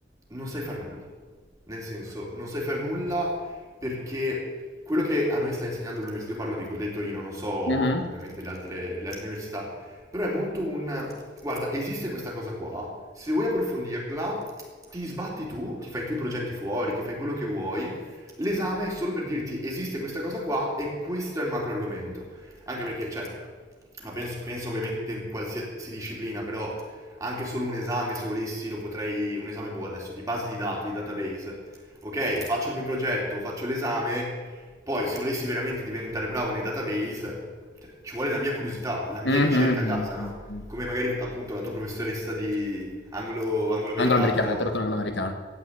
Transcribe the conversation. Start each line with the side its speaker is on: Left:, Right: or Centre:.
Right: non sai far nulla. Nel senso, non sai far nulla perché quello che a noi sta insegnando l'università, io parlo di, que- del Torino, non so
Left: Mh-mh.
Right: ovviamente le altre, le altre università, però è molto un... Guarda, esiste questa cosa qua, se vuoi approfondirla, ti sbatti tu, ti fai tu i progetti fuori, ti fai quello che vuoi, l'esame è solo per dirti esiste questa cosa qua e questo è il macro argomento. Anche perché, cioè, ma penso, penso ovviamente in qualsiasi disciplina, però anche solo un esame, se volessi, lo potrei, un esame boh adesso, di base di dati, database. Ok, faccio il mio progetto, faccio l'esame, poi se volessi veramente diventare bravo nei database, cioè, ci vuole la mia curiosità, la mia
Left: Mh-mh,
Right: ricerca
Left: mh-mh,
Right: a casa, no?
Left: mh-mh.
Right: Come magari appunto la tua professoressa di anglo, anglo-americano
Left: Angloamericana, letteratura angloamericana.